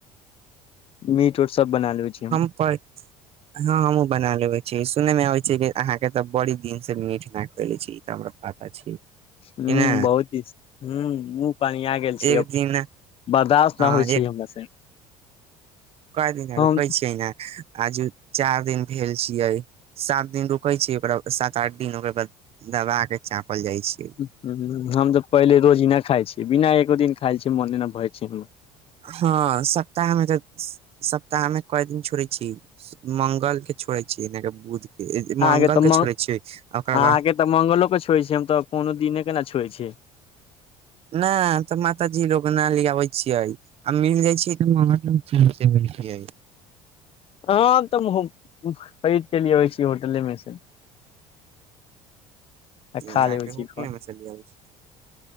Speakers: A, on the left; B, on the right.
A: मीट उट सब बना लेबे छीय हम
B: प हँ हमूँ बना लेबय छीये सुनय मे आबे छै कि अहाँके तऽ बड़ी दिन से मीठ ना खइले छी इ तऽ हमरा आता छी कि
A: हूं
B: ने
A: बहुत दिस हूं मुह पनियागेल छिय
B: एक दिन
A: बर्दाश्त
B: हँ
A: न होइ छै हमरा से
B: काइऽ दिना
A: हम
B: रुकै छियै ने आजू चारि दिन भेल छियै सात दिन रुकै छै ओकरा सात आठ दिन ओकर बाद दबा के चापल जाइ छै
A: हू हम तऽ पहिले रोजी नहि खाय छीयै बिना एको दिन खाइ छिय मोने न भए छै हमऽ
B: हँ सप्ताहमे तऽ सप्ताह मे कय दिन छोड़े छी मंगल के छोड़े छी बुध
A: अहाँके
B: मंगल
A: तऽ
B: के
A: म
B: छोड़ै छियै ओकर
A: अहाँके
B: बाद
A: तऽ मंगलो क छोए छियै हम तऽ कोनो दिने क ने छोए छिय
B: नई तऽ माताजी लोग नइ ली आबै छियै आ मिल जाइ छियै <unintelligible>
A: ह तऽ महू खरीद के लि अबै छी होटले मे से <unintelligible> आ खा
B: अहाँके
A: लेबे छी
B: होटले
A: घ
B: मे से ले आबै छी